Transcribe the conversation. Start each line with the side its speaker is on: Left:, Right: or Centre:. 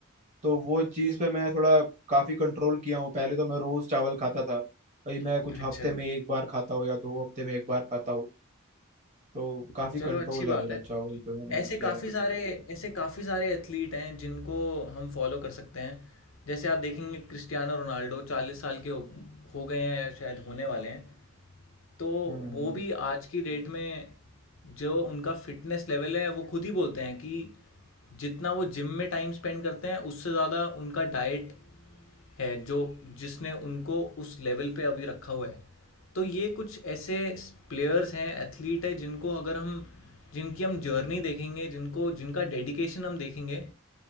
Right: तो वो चीज़ पे मैं थोड़ा काफ़ी कंट्रोल किया हूँ पहले तो मैं रोज़ चावल खाता था अभी मैं कुछ
Left: अच्छा,
Right: हफ्ते में एक बार खाता हूँ या दो हफ्ते में एक बार खाता हूँ तो काफ़ी
Left: चलो
Right: कंट्रोल
Left: अच्छी बात
Right: है मेरा
Left: है।
Right: चावल पे मैंने अभी
Left: ऐसे
Right: किया
Left: काफ़ी
Right: है
Left: सारे ऐसे काफ़ी सारे एथलीट हैं जिनको हम फॉलो कर सकते हैं। जैसे आप देखेंगे क्रिस्टियानो रोनाल्डो 40 साल के हो हो गए हैं या शायद होने वाले हैं। तो
Right: हम्म
Left: वो भी आज की डेट में जो उनका फ़िटनेस लेवल है वो खुद ही बोलते हैं कि जितना वो जिम में टाइम स्पेंड करते हैं उससे ज़्यादा उनका डाइट है जो जिसने उनको उस लेवल पे अभी रखा हुआ है तो ये कुछ ऐसे प्लेयर्स हैं एथलीट है जिनको अगर हम जिनकी हम जर्नी देखेंगे जिनको जिनका डेडिकेशन हम देखेंगे